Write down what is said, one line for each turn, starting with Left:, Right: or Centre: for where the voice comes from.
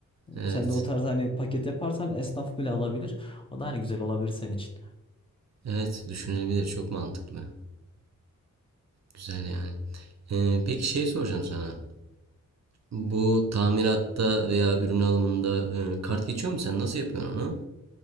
Right: evet,
Left: Sen de o tarz hani paket yaparsan esnaf bile alabilir. O da hani güzel olabilir senin için.
Right: evet düşünülebilir. Çok mantıklı. Güzel yani. Eee, peki şey soracağım sana. Bu tamiratta veya ürün alımında eee, kart geçiyor mu? Sen nasıl yapıyorsun onu?